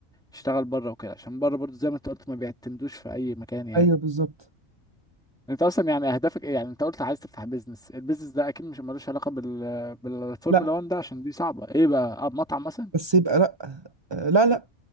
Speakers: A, in the centre; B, on the right.
A: يشتغل بره وكده عشان بره برضه زي ما انت قلت ما بيعتمدوش في اي مكان يعني
B: ايوه بالظبط
A: انت اصلا يعني اهدافك ايه يعني انت قلت عايز تفتح بيزنس البيزنس ده اكيد مش ملوش علاقه بال بالفورمولا
B: لا
A: 1 ده عشان دي صعبه ايه بقى اه مطعم مثلا
B: بس يبقى لا آه، لا لا